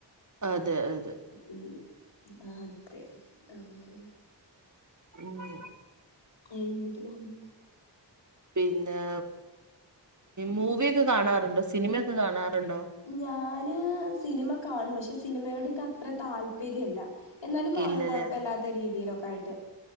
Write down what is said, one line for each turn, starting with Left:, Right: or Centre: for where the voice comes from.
Right: അതെ അ
Left: ഉം ആതെ അങ്ങനെ
Right: ആഹ്
Left: എന്നിട്ട് പറയു
Right: പിന്നെ മൂവി ഒക്കെ കാണാറുണ്ടോ സിനിമയൊക്കെ കാണാറുണ്ടോ?
Left: ഞാന് സിനിമ കാണും പക്ഷെ സിനിമയോട് ഇക്കത്ര താല്പര്യല്ല. എന്നാലും കാണും
Right: ഇല്ലല്ലേ
Left: കൊഴപ്പല്ലാത്ത രീതീലൊക്കായിട്ട്.